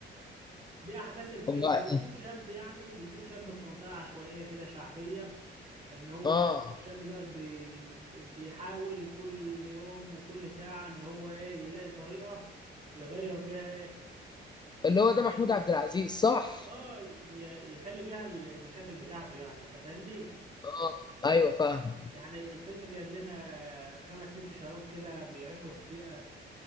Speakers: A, on the right; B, on the left.
A: دي احداث الفيلم
B: هو
A: بتجيب شاب يعني بتجيب شاب في منطقة عشوائية كده شعبية ان هو
B: اه
A: الشاب دوت بي بيحاول كل يوم وكل ساعة ان هو ايه يلاقي طريقة يغير بيها ايه
B: اللي
A: حاجات
B: هو ده محمود
A: بقى.
B: عبد العزيز صح
A: اه ي- يحل بيها المشاكل بتاعته يعني انت فاهمني
B: اه ايوه فاهم
A: يعني الفيلم جايب لنا خمس ست شباب كده بيعيشوا في بيئة